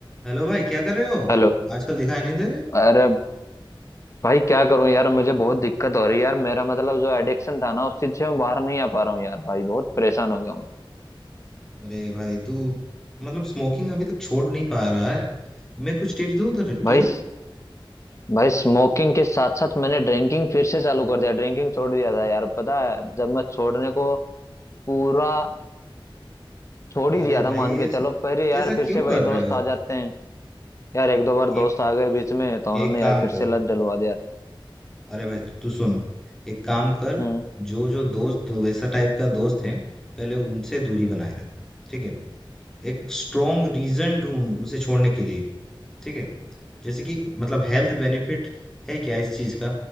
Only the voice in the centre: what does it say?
Hello भाई क्या कर रहे हो
आजकल दिखाई नहीं दे रहे
अरे भाई तू मतलब स्मोकिंग अभी तक छोड़ नहीं पा रहा है मैं कुछ टिप्स दूं तुझे
तुझे?
अरे
भाई
ऐसा
ऐसा
क्यों
कर
रहे
हो
एक
एक काम
कर
अरे भाई तू, तू सुन एक काम कर
जो जो दोस्त तो वैसा टाइप का दोस्त है पहले उनसे दूरी बनाए रख ठीक है एक स्ट्रॉन्ग रीजन ढूंढ उसे छोड़ने के लिए ठीक है जैसे कि मतलब हेल्थ बेनिफिट है क्या इस चीज का